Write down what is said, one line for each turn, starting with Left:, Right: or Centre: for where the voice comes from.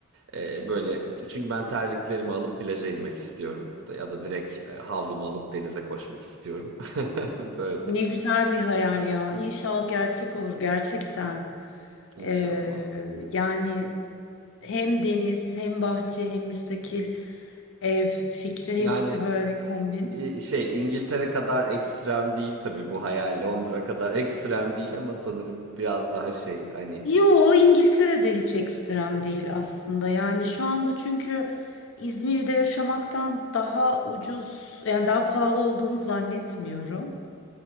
Right: Ee, böyle çünkü ben terliklerimi alıp plaja inmek istiyorum. Ya da direkt e, havlumu alıp denize koşmak istiyorum. <laughs> Böyle
Left: Ne güzel bir hayal ya. İnşallah gerçek olur gerçekten.
Right: inşallah.
Left: Ee, yani hem deniz hem bahçe hem müstakil ev fikri
Right: Yani
Left: hepsi böyle bir kombin.
Right: e, şey İngiltere kadar ekstrem değil tabii bu hayal. Londra kadar <laughs> ekstrem değil ama sanırım biraz daha şey hani
Left: Yo İngiltere'de hiç ekstrem değil aslında. Yani şu anda çünkü İzmir'de yaşamaktan daha ucuz yani daha pahalı olduğunu zannetmiyorum.